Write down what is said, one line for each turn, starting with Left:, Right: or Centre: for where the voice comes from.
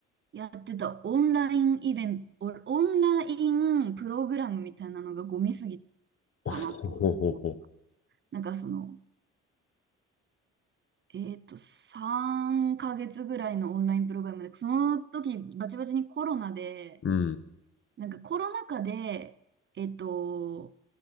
Right: やってたオンラインイベント、オオンラインプログラムみたいなのがゴミすぎ
Left: ほほほほ。
Right: たなとは思う。なんかその、えっと、3ヶ月ぐらいのオンラインプログラムで、その時バチバチにコロナで、
Left: <laughs> うん。
Right: なんかコロナ禍で、えっと、